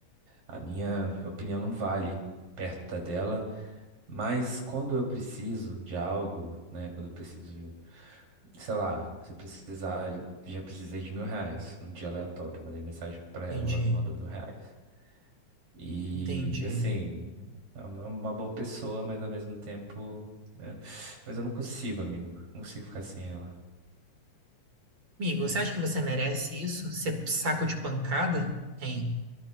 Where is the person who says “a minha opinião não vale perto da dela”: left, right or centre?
Right